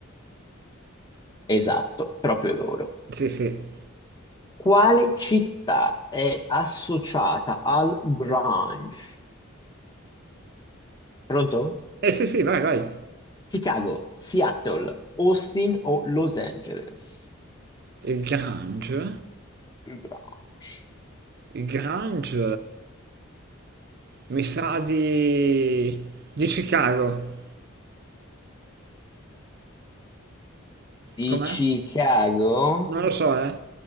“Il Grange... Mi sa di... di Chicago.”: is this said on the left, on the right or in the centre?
Right